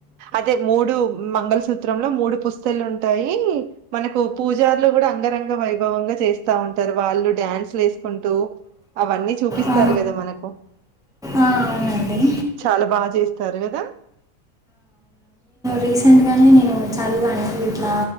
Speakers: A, on the right; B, in the centre.
A: అదే మూడు మంగల్ సూత్ర త్ర లో మూడు పుస్తలు ఉంటాయి మనకు పూజరులు కూడా అంగరంగ వైభవంగా చేస్తా ఉంటారు వాళ్ళు డ్యాన్స్లు వేసుకుంటూ అవన్నీ చూపిస్తారు
B: ఆ,
A: కదా మనకు
B: ఆ, అవునండి
A: చాలా బా చేస్తారు కదా
B: రీసెంట్ గానే నేను చాలువుగాను ఇట్లా